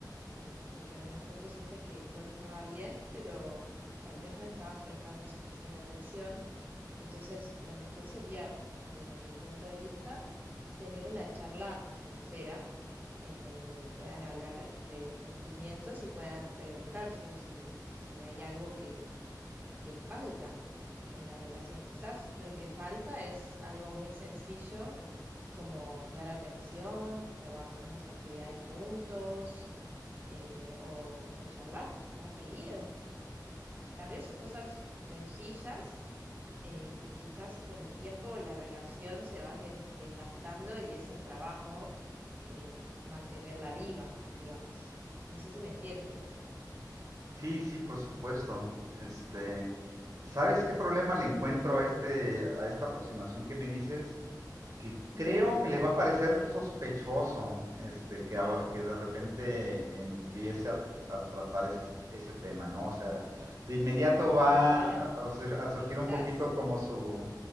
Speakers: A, on the right (about 25°); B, on the right (about 50°).
A: eh, porque a lo mejor tú sientes que todo estaba bien, pero tal vez no estabas prestando suficiente atención. Entonces, lo mejor sería, desde mi punto de vista, tener una charla sincera en donde puedan hablar de sentimientos y puedan preguntarse si, si hay algo que, que falta en la relación. Quizás lo que falta es algo muy sencillo como dar atención o hacer más actividades juntos eh, o, o charlar más seguido. Tal vez son cosas sencillas eh, y quizás con el tiempo la relación se va des- desgastando y es un trabajo eh, mantenerla viva, digamos. No sé si me entiendes.
B: Sí, sí, por supuesto. Este, ¿sabes qué problema le encuentro a este, a esta aproximación que me dices? que
A: Mm.
B: creo
A: Contame.
B: que le va a parecer sospechoso este, que, que de repente empiece a, a tratar ese, ese tema, ¿no? O sea, de inmediato va
A: No, bueno,
B: a, a surgir
A: quizás
B: un poquito como su...